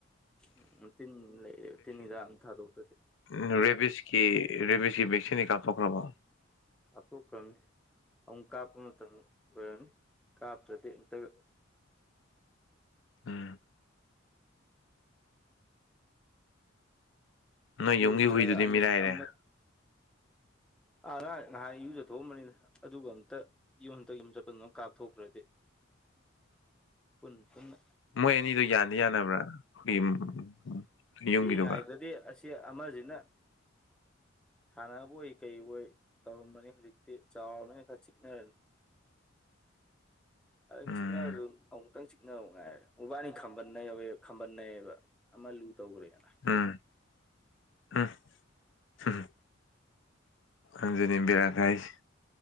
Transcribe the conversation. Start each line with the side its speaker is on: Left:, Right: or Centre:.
Centre: ꯎꯝ ꯇꯤꯟ ꯂꯩꯔꯦ ꯇꯤꯟ ꯍꯤꯗꯥꯛ ꯑꯝꯇ ꯊꯥꯗꯣꯛꯇꯗꯤ
Left: ꯎꯝ ꯔꯦꯕꯤꯁꯀꯤ ꯔꯦꯕꯤꯁꯀꯤ ꯚꯦꯛꯁꯤꯟꯗꯤ ꯀꯥꯞꯊꯣꯛꯈ꯭ꯔꯕꯣ
Centre: ꯀꯥꯞꯊꯣꯛꯈ꯭ꯔꯝꯅꯤ ꯑꯃꯨꯛ ꯀꯥꯞꯄ ꯃꯇꯝ ꯑꯣꯏꯔꯝꯅꯤ ꯀꯥꯞꯇ꯭ꯔꯗꯤ ꯑꯝꯇꯒ
Left: ꯎꯝ ꯅꯣꯏ
Centre: ꯌꯨꯝ
Left: ꯌꯨꯝꯒꯤ
Centre: ꯆꯠꯂꯒ
Left: ꯍꯨꯏꯗꯨꯗꯤ
Centre: ꯑꯅꯤ
Left: ꯃꯤꯔꯥꯏꯔꯦ
Centre: ꯑꯃꯠ ꯑꯥ ꯉꯥꯠ ꯉꯍꯥꯟ ꯏꯌꯨ ꯖꯊꯣꯛꯑꯝꯕꯅꯤꯅꯦ ꯑꯗꯨꯒ ꯑꯝꯇ ꯌꯨꯝ ꯑꯝꯇ ꯌꯨꯝ ꯆꯠꯄꯅ ꯀꯥꯞꯊꯣꯛꯇ꯭ꯔꯗꯤ ꯄꯨꯟ ꯄꯨꯟꯅ
Left: ꯃꯣꯏ ꯑꯅꯤꯗꯣ ꯌꯥꯟꯗꯤ ꯌꯥꯅꯕ꯭ꯔꯥ ꯑꯩꯈꯣꯏꯒꯤ ꯌꯨꯝꯒꯤꯗꯨꯒ
Centre: ꯄꯤꯛꯏꯉꯥꯏꯗꯗꯤ ꯑꯁꯤ ꯑꯃꯖꯤꯅ ꯁꯥꯟꯅꯕꯣꯏ ꯀꯩꯑꯣꯏ ꯇꯧꯔꯝꯕꯅꯤ ꯍꯧꯖꯤꯛꯇꯤ ꯆꯥꯎꯔꯕꯅꯤꯅ ꯈꯔ ꯆꯤꯛꯅꯔꯅꯤ ꯑꯗꯨ
Left: ꯎꯝ
Centre: ꯆꯤꯛꯅꯔꯖꯨ ꯑꯃꯨꯛꯇꯪ ꯆꯤꯛ ꯅꯧ ꯉꯥꯏꯔꯦ ꯎꯕꯥꯏꯅꯤ ꯈꯝꯕꯟꯅꯩꯕ ꯈꯝꯕꯟꯅꯩꯌꯦꯕ ꯑꯃ ꯂꯨ ꯇꯧꯒ꯭ꯔꯦꯅ
Left: ꯎꯝ ꯎꯝ ꯑꯗꯨꯅꯤ ꯕꯦꯔꯥ ꯀꯥꯏꯁꯦ